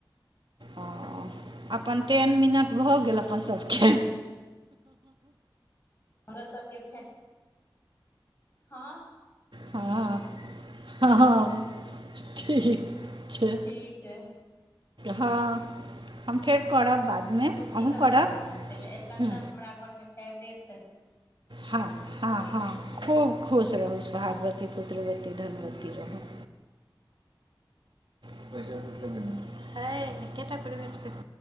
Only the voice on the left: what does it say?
हमर सबके फैक् ह
ठीक छै
बुच्ची
सब
खिलबै छनि ताहिमे अरिकंचन
हमरा घरमे एअ